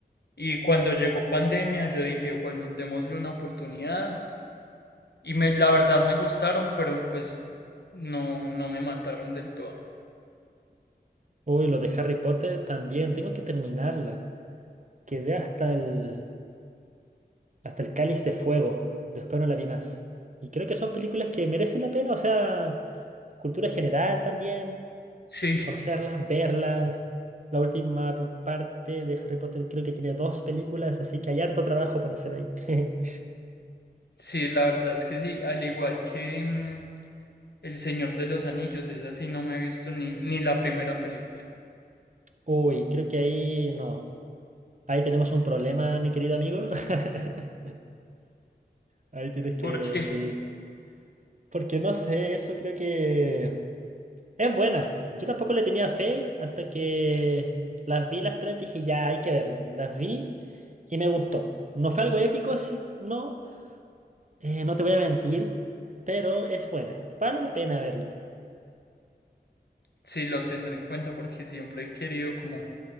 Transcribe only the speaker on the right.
Uy, lo de Harry Potter también, tengo que terminarla. Quedé hasta el, hasta el Cáliz de Fuego, después no la vi más. Y creo que son películas que merecen la pena, o sea, cultura general también,
conocerlas, verlas. La última p- parte de Harry Potter creo que tiene dos películas, así que hay harto trabajo para hacer ahí. <laughs>
Uy, creo que ahí no. Ahí tenemos un problema, mi querido amigo. <laughs> Ahí tienes que,
sí. Porque no sé, eso creo que es buena. Yo tampoco le tenía fe hasta que las vi las tres, dije, ya hay que verlas. Las vi y me gustó. No fue algo épico, así no. eh, no te voy a mentir, pero es buena. Vale la pena verla.